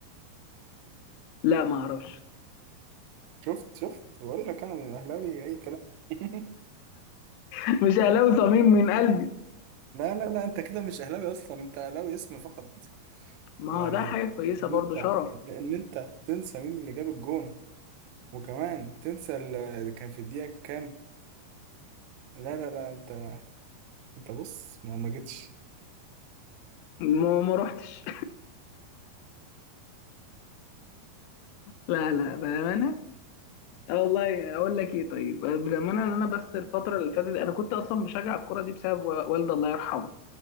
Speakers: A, on the left; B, on the right.
A: لا ما اعرفش
B: شفت شفت بقول لك أنا أهلاوي أي كلام <laughs>
A: <laughs> مش اهلاوي صميم من قلبي
B: لا لا لا أنت كده مش أهلاوي أصلا أنت أهلاوي اسم فقط
A: ما
B: يعني
A: هو ده حاجه كويسه
B: إن
A: برضو
B: أنت
A: شرف
B: إن أنت تنسى مين اللي جاب الجون وكمان تنسى اللي كان في الدقيقة كام لا لا لا أنت أنت بص ما ما جيتش
A: ما ما روحتش <laughs> لا لا بامانه اه والله اقول لك ايه طيب بامانه ان انا بس الفتره اللي فاتت انا كنت اصلا بشجع الكوره دي بسبب و- والدي الله يرحمه